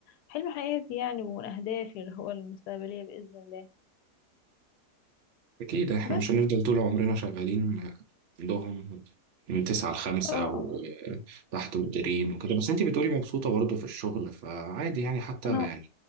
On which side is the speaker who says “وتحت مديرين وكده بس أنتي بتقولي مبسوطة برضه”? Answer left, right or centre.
Right